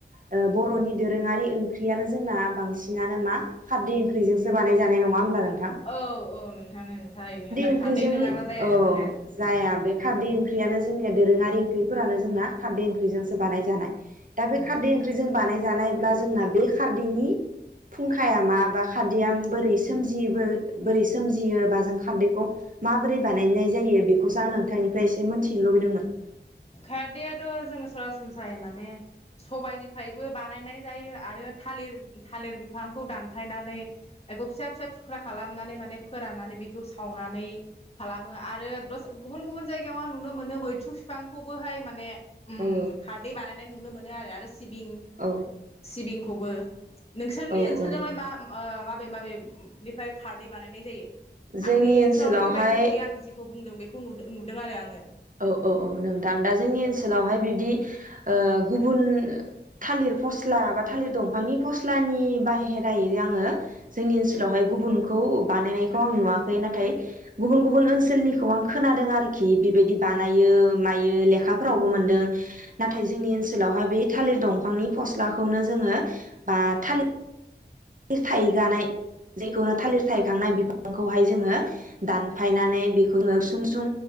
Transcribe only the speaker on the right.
ओ बर'नि दोरोङारि ओंख्रियानो जोंना बांस बांसिनानो मा खारदै ओंख्रिजोंसो बानाय जानाय नङा होनब्ला नों
ओंख्रिजों
औ
जाया बे खारदै ओंख्रियानो जोंनिया दोरोङारि ओंख्रिफोरानो जोंना खारदै ओंख्रिजोंसो बानाय जानाय। दा बे
खारदै ओंख्रिजों बानाय जानायब्ला जोंना बे खारदैनि फुंखाया मा बा खारदैआ बोरै सोमजियो बो बोरै सोमजियोबा जों खारदैखौ माबोरै बानायनाय जायो बेखौसो आं नोंथांनिफ्राय एसे मोनथिनो लुबैदोंमोन।
औ
औ
औ
औ
जोंनि
ओनसोलावहाय
औ औ औ नोंथां दा जोंनि ओनसोलावहाय बिबदि ओ गुबुन थालिर फस्ला बा थालिर दंफांनि फस्लानि बाहेरायै आङो जोंनि ओनसोलावहाय गुबुनखौ बानायनायखौ आं नुवाखै नाथाय गुबुन गुबुन ओनसोलनिखौ आं खोनादों आरोखि बेबायदि, बानायो मायो लेखाफोरावबो मोनदों नाथाय जोंनि ओनसोलावहाय बे थालिर दंफांनि फस्लाखौनो जोङो बा थालिर लिर थाइगानाय जायखौनो थालिर थायखांनाय बिफांखौहाय जोङो दानफायनानै बेखौ जोङो गुसुं गुसुं